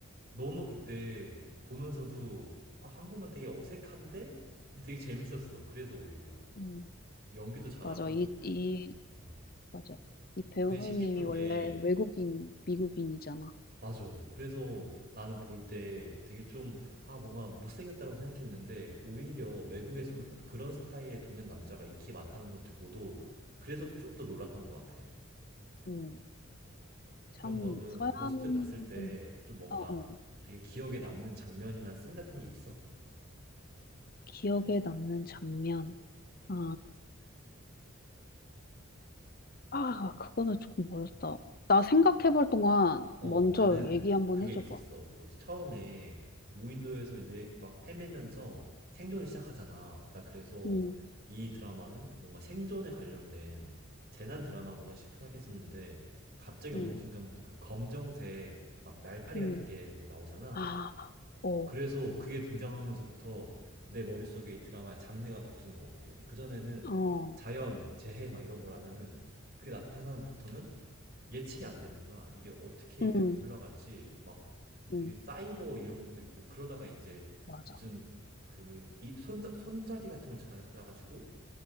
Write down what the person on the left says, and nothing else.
음,
맞아. 이, 이,
맞아. 이 배우님이
원래
외국인, 미국인이잖아.
음, 참,
서양
분,
어, 어.
기억에 남는 장면. 아, 아, 그거는 조금 어렵다. 나 생각해 볼 동안
먼저
얘기 한번
해줘봐.
음,
음,
음.
아, 어,
어,
음,
음,
맞아.